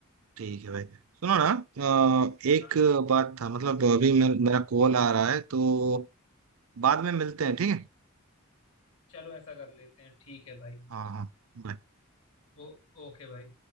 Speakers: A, on the right; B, on the left.
A: ठीक है भाई सुनो ना आ, एक
B: हाँ
A: बात था मतलब अभी मे, मेरा कॉल आ रहा है तो बाद में मिलते हैं ठीक है
B: चलो ऐसा कर लेते हैं ठीक है भाई
A: हाँ हाँ bye.
B: ओ ओके भाई